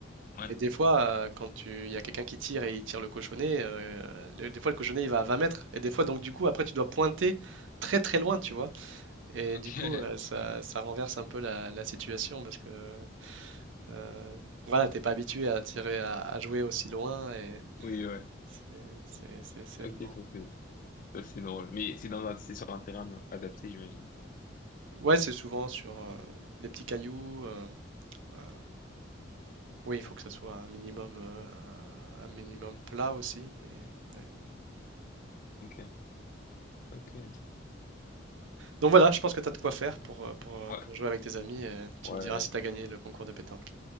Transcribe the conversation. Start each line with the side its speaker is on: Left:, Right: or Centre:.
Left: Ouais,
Right: Mais des fois, euh, quand tu... il y a quelqu'un qui tire et il tire le cochonnet, euh, le- des fois le cochonnet il va à 20 mètres. Et des fois, donc du coup, après tu dois pointer très très loin, tu vois. Et
Left: ok.
Right: du coup,
Left: <laughs>
Right: euh, ça, ça renverse un peu la, la situation parce que euh, voilà, t'es pas habitué à tirer, à, à jouer aussi loin. Et
Left: Oui, ouais.
Right: c'est, c'est- c'est- c'est
Left: Ok,
Right: marrant.
Left: ça c'est ça c'est drôle. Mais c'est dans un, c'est sur un terrain adapté, j'imagine.
Right: Ouais, c'est souvent sur euh, des petits cailloux. euh, euh, oui, il faut que ça soit un minimum, euh, un un minimum plat aussi, mais. ouais.
Left: Ok, ok.
Right: Donc voilà, je pense que tu as de quoi faire pour, euh, pour, euh,
Left: Ouais,
Right: pour jouer avec tes amis. euh, tu
Left: ouais.
Right: me diras si tu as gagné le concours de pétanque.